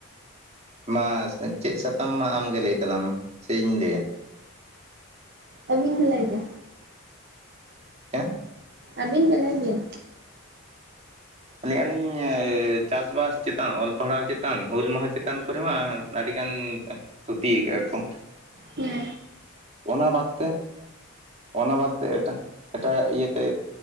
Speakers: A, on the right; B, on the right.
A: ᱢᱟᱥ ᱪᱮᱫ ᱥᱟᱛᱟᱢ ᱢᱟ ᱟᱢᱜᱮ ᱞᱟᱹᱭ ᱛᱟᱞᱟᱝ ᱢᱮ ᱥᱮ ᱤᱧ ᱞᱟᱹᱭᱟ᱾
B: ᱟᱹᱵᱤᱱ ᱜᱮ ᱞᱟᱹᱭ ᱵᱮᱱ
A: ᱪᱮᱸᱫ?
B: ᱟᱵᱤᱱ ᱜᱮ ᱞᱟᱹᱭ ᱵᱤᱱ᱾
A: ᱞᱟᱹᱭᱮᱜ-ᱟ ᱞᱤᱧ ᱚ ᱪᱟᱥ ᱵᱟᱥ ᱪᱮᱛᱟᱱ ᱚᱞ ᱯᱟᱲᱦᱟᱣ ᱪᱮᱛᱟᱱ ᱦᱩᱞ ᱢᱟᱦᱟᱸ ᱪᱮᱛᱟᱱ ᱠᱚᱨᱮ ᱦᱚᱸ ᱟᱸᱨ ᱟᱰᱤ ᱜᱟᱱ ᱚ ᱛᱷᱩᱛᱤ ᱭᱟᱠᱟᱜ-ᱟ ᱠᱚ᱾
B: ᱦᱮᱸ᱾
A: ᱚᱱᱟ ᱵᱟᱛ ᱛᱮ᱾ ᱚᱱᱟ ᱵᱟᱛ ᱛᱮ ᱮᱴᱟ ᱮᱴᱟᱜᱟᱜ ᱤᱭᱟᱹ ᱛᱮ